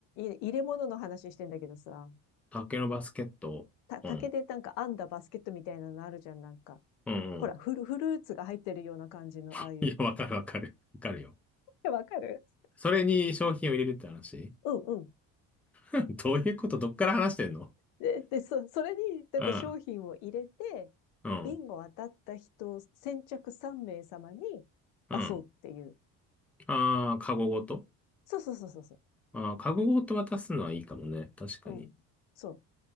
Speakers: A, on the left (about 85°); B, in the centre.
A: い入れ物の話してんだけどさ、
B: 竹のバスケット。
A: た、竹でなんか編んだバスケットみたいなのあるじゃん、
B: うん。
A: なんか。
B: うんうん。
A: ほら、フル、フルーツが入ってるような感じの、
B: <laughs>
A: ああいう。
B: いや、わかるわかる。わかるよ。
A: えわかる
B: それに商品を入れるって話
A: うんうん。
B: <laughs> どういうことどっから話してんの
A: で、で、そ、それに、なんか商品を入れて、
B: うん。うん。
A: ビンゴ当たった人、先着3名様に出そうっていう。
B: うん。ああ、カゴごと
A: そうそうそうそうそ
B: ああー、カゴごと渡すのはいいかもね。確かに。
A: う。うん。そう。